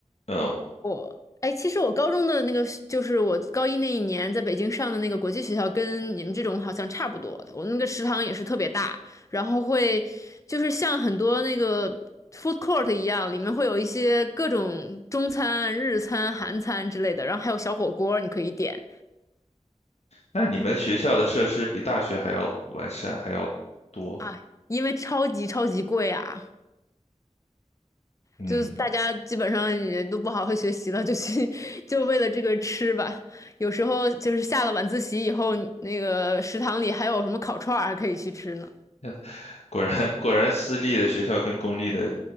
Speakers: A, on the left (about 60°); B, on the left (about 25°).
A: 嗯。
B: 我，哎，其实我高中的那个，就是我高一那一年在北京上的那个国际学校，跟你们这种好像差不多的。我那个食堂也是特别大，然后会就是像很多那个 food court 一样，里面会有一些各种中餐、日餐、韩餐之类的，然后还有小火锅你可以点。
A: 那你们学校的设施比大学还要完善，还要多。
B: 哎，因为超级超级贵啊，
A: 嗯，
B: 就是大家基本上也都不好好学习了，就去 <laughs> 就为了这个吃吧。有时候就是下了晚自习以后，那个食堂里还有什么烤串儿还可以去吃呢。
A: 那 <laughs> 果然果然私立的学校跟公立的